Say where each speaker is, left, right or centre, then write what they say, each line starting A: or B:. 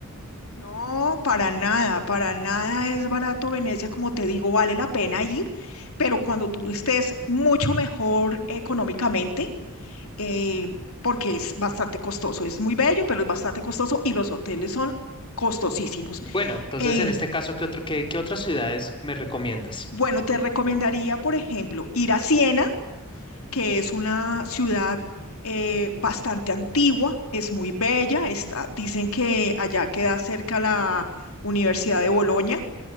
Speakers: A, on the left (about 70°); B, on the left (about 25°).
A: No, para nada, para nada es barato Venecia, como te digo, vale la pena ir, pero cuando tú estés mucho mejor económicamente, eh, porque es bastante costoso. Es muy bello, pero es bastante costoso y los hoteles son costosísimos.
B: Bueno, entonces
A: Eh,
B: en este caso, ¿qué otro, qué, qué otras ciudades me recomiendas?
A: bueno, te recomendaría, por ejemplo, ir a Siena, que es una ciudad eh, bastante antigua, es muy bella. Está, dicen que allá queda cerca la Universidad de Bolonia,